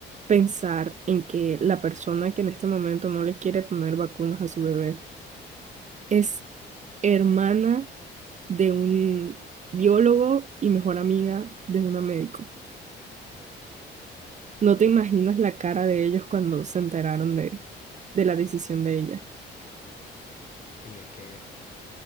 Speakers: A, on the right; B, on the left.
A: pensar en que la persona que en este momento no le quiere poner vacunas a su bebé es hermana de un biólogo y mejor amiga de una médico. No te imaginas la cara de ellos cuando se enteraron de, de la decisión de ella.
B: Y es que